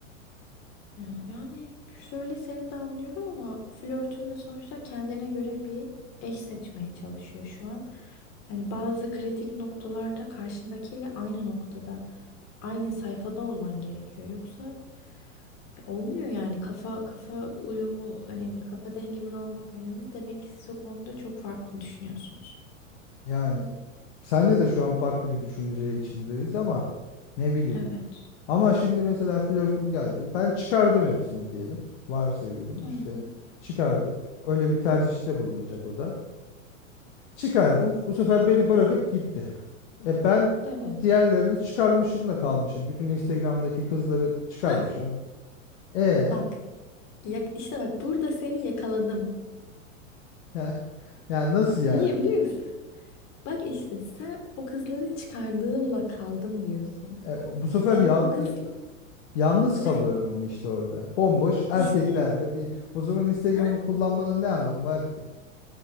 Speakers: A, on the left (about 40°); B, on the left (about 55°).
A: Yani, yani şöyle seni de anlıyorum ama flörtün de sonuçta kendine göre bir eş seçmeye çalışıyor şu an. Hani bazı kritik noktalarda karşındakiyle aynı noktada, aynı sayfada olman gerekiyor. Yoksa ya olmuyor yani kafa kafa uyumu önemli, kafa dengi biri olmak önemli. Demek ki siz o konuda çok farklı düşünüyorsunuz.
B: Yani senle de şu an farklı bir düşünce içindeyiz ama ne bileyim.
A: Evet.
B: Ama şimdi mesela flörtüm geldi. Ben çıkardım hepsini diyelim. Varsayıyorum
A: Hmm,
B: işte çıkardım. Öyle bir tercihte bulunacak o da. Çıkardım. Bu sefer beni bırakıp gitti. E ben
A: evet.
B: diğerlerini çıkarmışım da kalmışım. Bütün Instagram'daki kızları çıkarmışım.
A: Hah,
B: E
A: bak, yak- işte bak burada seni yakaladım.
B: ya, ya nasıl yani?
A: Niye biliyor musun? Bak işte sen o kızları çıkardığımla kaldım diyorsun.
B: E, bu bu sefer
A: Yani
B: ya-
A: o kız
B: ya- yalnız
A: ne?
B: kalıyorum ama işte orada. Bomboş erkeklerle
A: İşte
B: bir o zaman Instagram'ı
A: ha?
B: kullanmanın ne anlamı var ki?